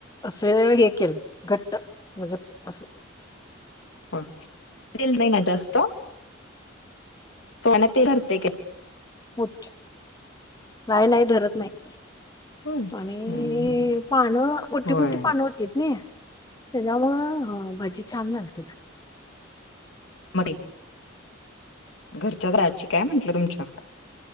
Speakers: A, on the left (about 20°); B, on the left (about 75°).
A: अस हे केलं. घट्ट म्हंजे अस-
B: होय. <unintelligible> सोनतेत
A: ठ काय नाही धरत नाही
B: होय हम्म,
A: आणि
B: हम्म.
A: पानं मोठी
B: होय
A: मोठी पानं होती नाही त्याच्यामु भाजी छान घलते
B: मग घरच्या जाळाची काय म्हंटलं तुमच्या?